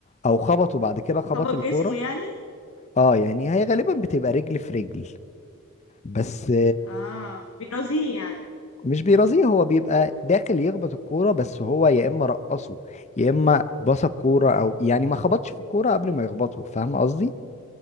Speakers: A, on the left (about 30°); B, on the left (about 80°).
A: او خبطه بعد كده خبط
B: خبط
A: الكوره
B: جسمه يعني
A: اه يعني هي غالبا بتبقى رجل في رجل بس
B: اه بيرازيه يعني
A: مش بيرازيه هو بيبقى داخل يخبط الكورة بس هو يا إما رقصه يا إما بص الكورة أو يعني ما خبطش في الكورة قبل ما يخبطه فاهم قصدي؟